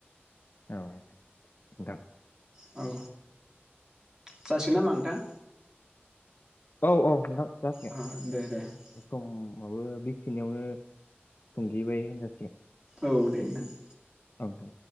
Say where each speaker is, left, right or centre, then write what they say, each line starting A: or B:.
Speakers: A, on the left; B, on the right.
A: औ नोंथां
B: औ जासिगोन ना होनबा नोंथां?
A: औ औ नोंथां जासिगोन
B: अ दे दे औ
A: समाबो बेखिनियावनो थुंगेबाय होनजासिगोन
B: औ दे नोंथां
A: औ दे